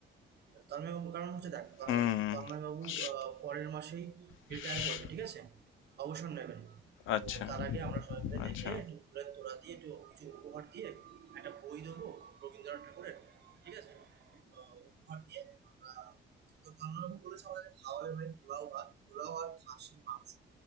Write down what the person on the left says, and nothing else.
হুম
স-
স-
আচ্ছা
আচ্ছা